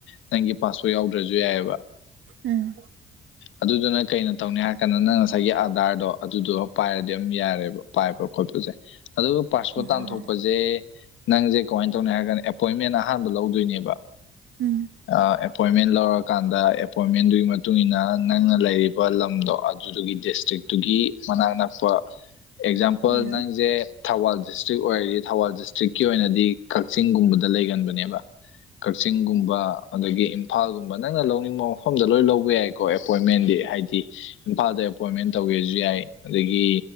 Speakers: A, on the left; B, on the right.
A: ꯅꯪꯒꯤ ꯄꯥꯁꯄꯣꯔꯠ ꯌꯥꯎꯗ꯭ꯔꯁꯨ ꯌꯥꯏꯕ
B: ꯎꯝ
A: ꯑꯗꯨꯗꯨꯅ ꯀꯩꯅꯣ ꯇꯧꯅꯤ ꯍꯥꯏꯔ ꯀꯥꯟꯗ ꯅꯪ ꯉꯁꯥꯏꯒꯤ ꯑꯥꯗꯥꯔꯗꯣ ꯑꯗꯨꯗꯣ ꯄꯥꯏꯔꯗꯤ ꯑꯗꯨꯝ ꯌꯥꯔꯦꯕ ꯄꯥꯏꯕ ꯈꯣꯠꯄꯁꯦ ꯑꯗꯣ ꯄꯥꯥꯁꯄꯣꯔꯠ
B: ꯑꯣ
A: ꯇꯥꯟꯊꯣꯛꯄꯁꯦ ꯅꯪꯁꯦ ꯀꯃꯥꯏꯅ ꯇꯧꯅꯤ ꯍꯥꯏꯔ ꯀꯥꯟꯗ ꯑꯦꯄꯣꯏꯟꯃꯦꯟ ꯑꯍꯥꯟꯕ ꯂꯧꯗꯣꯏꯅꯦꯕ
B: ꯎꯝ
A: ꯑ ꯑꯦꯄꯣꯏꯟꯃꯦꯟ ꯂꯧꯔꯀꯥꯟꯗ ꯑꯦꯄꯣꯏꯟꯃꯦꯟꯗꯨꯒꯤ ꯃꯇꯨꯡ ꯏꯟꯅ ꯅꯪꯅ ꯂꯩꯔꯤꯕ ꯂꯝꯗꯣ ꯑꯗꯨꯗꯨꯒꯤ ꯗꯤꯁꯇ꯭ꯔꯤꯛꯇꯨꯒꯤ ꯃꯅꯥꯛ ꯅꯛꯄ ꯑꯦꯛꯖꯥꯝꯄꯜ
B: ꯎꯝ ꯎꯝ
A: ꯅꯪꯁꯦ ꯊꯧꯕꯥꯜ ꯗꯤꯁꯇ꯭ꯔꯤꯛ ꯑꯣꯏꯔꯗꯤ ꯊꯧꯕꯥꯜ ꯗꯤꯁꯇ꯭ꯔꯤꯛꯀꯤ ꯑꯣꯏꯅꯗꯤ ꯀꯛꯆꯤꯡꯒꯨꯝꯕꯗ ꯂꯩꯒꯟꯕꯅꯦꯕ ꯀꯛꯆꯤꯡꯒꯨꯝꯕ ꯑꯗꯒꯤ ꯏꯝꯐꯥꯜꯒꯨꯝꯕ ꯅꯪꯅ ꯂꯧꯅꯤꯡꯕ ꯃꯐꯝꯗ ꯂꯣꯏ ꯂꯧꯕ ꯌꯥꯏꯀꯣ ꯑꯦꯄꯣꯏꯟꯃꯦꯟꯗꯤ ꯍꯥꯏꯗꯤ ꯏꯝꯐꯥꯜꯗ ꯑꯦꯄꯣꯏꯟꯃꯦꯟ ꯇꯧꯒꯦꯁꯨ ꯌꯥꯏ ꯑꯗꯒꯤ